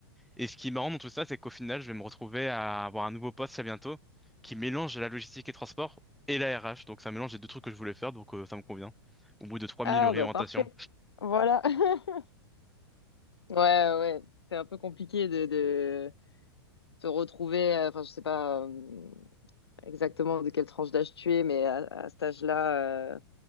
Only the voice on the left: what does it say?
Ah,
bah parfait. Voilà. <laughs> Ouais, ouais. C'est un peu compliqué de, de se retrouver, euh, enfin, je sais pas, euh, exactement de quelle tranche d'âge tu es, mais à, à cet âge-là, euh,